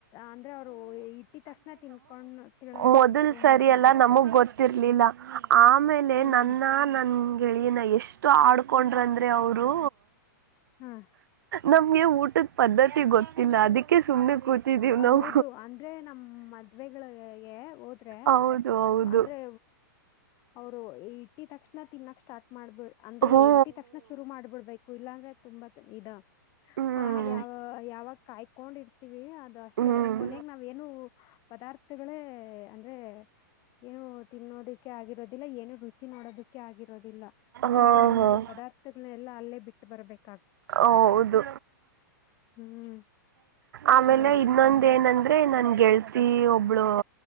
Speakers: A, on the left; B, on the right.
A: ಅಂದ್ರೆ ಅವ್ರು ಇಟ್ಟತಕ್ಷಣ ತಿನ್ಕೊಂಡ್ ತಿಳೋದಕ್
B: ಮೊದಲ್
A: ಶುರು
B: ಸರಿಯಲ್ಲಾ
A: ಮಾಡ್ಬಿಡ್ಬೇಕು
B: ನಮಗ್ ಗೊತ್ತಿರ್ಲಿಲ್ಲ ಆ ಆಮೇಲೆ
A: ಹ್ಮ್
B: ನನ್ನ ನನ್ ಗೆಳಿಯನ ಎಷ್ಟು ಆಡ್ಕೊಂಡ್ರಂದ್ರೆ ಅವ್ರು
A: ಹ್ಮ್
B: ನಮ್ಗೆ ಊಟದ ಪದ್ಧತಿ ಗೊತ್ತಿಲ್ಲ ಅದಕ್ಕೆ ಸುಮ್ಮನೆ. ಕೂತಿದ್ದೀವಿ
A: ಹೌದು
B: ನಾವು
A: ಅಂದ್ರೆ ನಮ್ಮ್ ಮದ್ವೆಗಳಿಗೆ. ಹೋದ್ರೆ
B: ಹೌದು ಹೌದು
A: ಅಂದ್ರೆ. ಅವ್ರು ಇಟ್ಟ ತಕ್ಷಣ ತಿನ್ನಕ್ ಸ್ಟಾರ್ಟ್ ಮಾಡ್ಬಿಡ್ ಅಂದ್ರೆ
B: ಹ್ಞೂ
A: ಇಟ್ಟ ತಕ್ಷಣ ಶುರು ಮಾಡ್ಬಿಡ್ಬೇಕು. ಇಲ್ಲಾಂದ್ರೆ ತುಂಬಾ ಇ
B: ಹ್ಞೂ
A: ನಾವ್ ಯಾವ ಯಾವಾಗ ಕಾಯ್ಕೊಂಡ್ ಇರ್ತಿೀವಿ. ದು ಅಷ್ಟೆ
B: ಹ್ಞೂ ಹ್ಞೂ
A: ಕೊನೆಗ್ ನಾವ್ ಏನು ಪದಾರ್ಥಗಳೇ ಅಂದ್ರೆ. ಏನು ತಿನ್ನೋದಕ್ಕೆ ಆಗಿರೋದಿಲ್ಲ ಏನು ರುಚಿ ನೋಡೋದಕ್ಕೆ. ೆ ಆಗಿರೋದಿಲ್ಲ
B: ಹಾಂ
A: ಕೆಲವೊಂದು
B: ಹಾಂ
A: ಪದಾರ್ಥಗಳ ಎಲ್ಲ ಅಲ್ಲೇ ಬಿಟ್ಟು ಬರಬೇಕು.
B: ಹೌದು
A: ಹ್ಮ್
B: ಆಮೇಲೆ
A: ಹೌದು
B: ಇನ್ನೊಂದು. ಇದೇಏನಂದ್ರೆ ನನ್ ಗೆಳ್ತಿ ಒಬ್ಳು